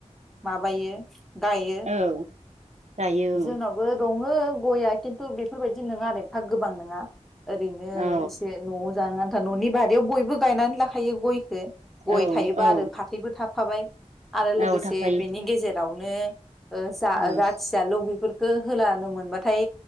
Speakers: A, in the centre; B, on the right (about 60°).
A: माबायो गायो
B: औ जायो
A: जोंनावाबो द दङो गया खिन्थु बेफोरबायदि नङा आरो एफा गोबां नोङा ओरैनो
B: औ
A: इसे नवाव जानो आन था न'नि बारियाव बयबो गायनानै लाखायो गयखो गय
B: औ
A: थायोबा
B: औ
A: आरो फाथैबो थाब फाबाय आरो लोगोसे
B: औ थाफायो
A: बेनि गेजेराव <unintelligible> ओ जा
B: औ
A: जाथियाल' बेफोर खौ होलानो मोनबाथाय